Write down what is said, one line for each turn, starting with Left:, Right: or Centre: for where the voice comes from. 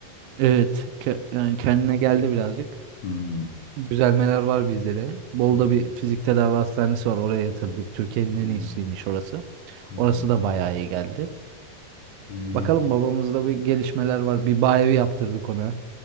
Right: Evet, ke- yani kendine geldi birazcık.
Left: Hmm.
Right: Düzelmeler var bizde de. Bolu'da
Left: İyi.
Right: bir fizik tedavi hastanesi var. Oraya yatırdık. Türkiye'nin
Left: Hmm.
Right: en iyisiymiş orası.
Left: Hmm.
Right: Orası da bayağı iyi geldi.
Left: İyi
Right: Bakalım
Left: ne
Right: babamızda bir gelişmeler var. Bir bayevi yaptırdık ona.